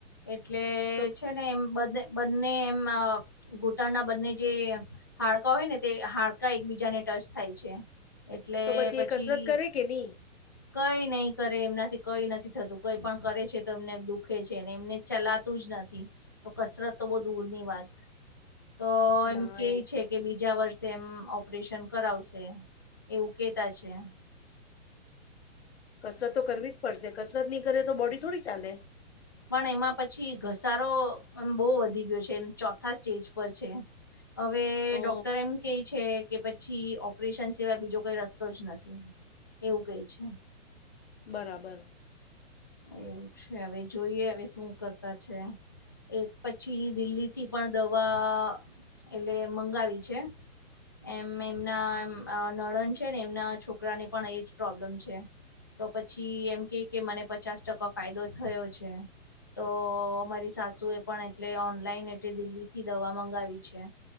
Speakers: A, on the left; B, on the left.
A: એટલે
B: તો
A: છે ને એમ બ બંને એમ ઘૂટણના બંને જે હાડકા હોય ને તે હાડકા એકબીજાને ટચ થાય છે એટલે
B: તો
A: પછી
B: એ કસરત કરે કે ની
A: કઈ નહી કરે એમનાથી કઈ નથી થતું કઈ પણ કરે છે તો એમને દુઃખ. દુખે છેને એમને ચલાતું જ નથી તો કસરત તો બહ દૂર ની વાત. તો
B: ના
A: એમ કેવી
B: એવું
A: છે કે બીજું. બીજા વર્ષે એમ ઓપરેશન કરાવશે એવું કેતા છે.
B: કસરત તો કરવી જ પડશે કસરત નહી કરે તો બોડી થોડી ચાલે.
A: પણ એમાં પછી ઘસારો એમ બહુ વધી ગયો છે એમ ચોથા સ્ટેજ પર છે. હવે
B: ઓ
A: ડોક્ટર એમ કે છે કે પછી ઓપરેશન સિવાય બીજો કઈ રસ્તો જ નથી. એવું કહે છે.
B: બરાબર.
A: એવું છે હવે જોઈએ હવે શું કરતા છે. એક પછી દિલ્હીથી પણ દવા એટલે મંગાવી છે. એમ એમનામ નડન છે ને એમના છોકરાને પણ એજ પ્રોબ્લેમ છે. તો પછી એમ કે કે મને પચાસ ટકા ફાયદો થયો છે. તો મારી સાસુ એ પણ એટલે ઓનલાઈન એટ દિલ્હી થી દવા મગાવી છે.